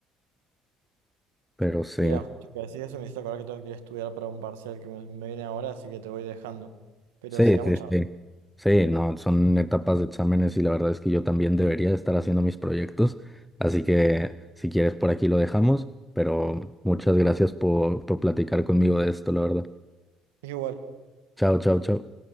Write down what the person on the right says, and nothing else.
Mira, justo que decís eso, me hiciste acordar que tengo que ir a estudiar para un parcial que me, me viene ahora, así que te voy dejando. Pero
sigamos
charlando.
Igual.